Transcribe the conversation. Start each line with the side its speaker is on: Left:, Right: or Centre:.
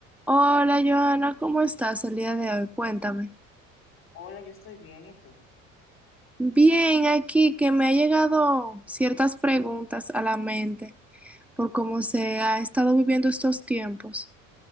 Centre: Hola Joana, ¿cómo estás el día de hoy? Cuéntame.
Left: Hola, yo estoy bien, ¿y tú?
Centre: Bien, aquí que me ha llegado ciertas preguntas a la mente por cómo se ha estado viviendo estos tiempos.